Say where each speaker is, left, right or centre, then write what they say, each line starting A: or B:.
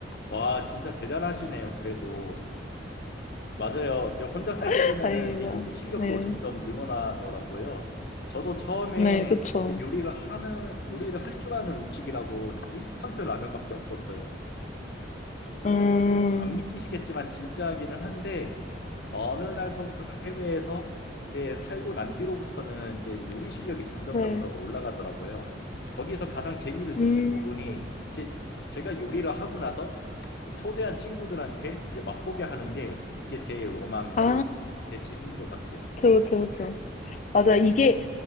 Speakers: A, on the left; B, on the left.
A: 와, 진짜 대단하시네요, 그래도. 맞아요. 이제 혼자 살게
B: <laughs>
A: 되면은
B: 아닙니다.
A: 이게 요리 실력도
B: 네.
A: 점점 늘어나더라고요. 저도 처음에
B: 네, 그쵸.
A: 이제 요리를 하는 요리를 할 줄 아는 음식이라고 인스턴트 라면밖에 없었어요.
B: 음,
A: 안 믿기시겠지만 진짜기는 한데 어느 날서부터가 해외에서 예, 살고 난 뒤로부터는 이게 요리 실력이 점점점
B: 네.
A: 더 올라가더라고요. 거기에서 가장 재미를
B: 음,
A: 느낀 부분이 제, 제가 요리를 하고 나서 이제 초대한 친구들한테 이게 맛보게 하는 게 이게 제 로망이고
B: 아,
A: 제 재미인 것 같아요.
B: 그쵸, 그쵸, 그쵸. 맞아. 이게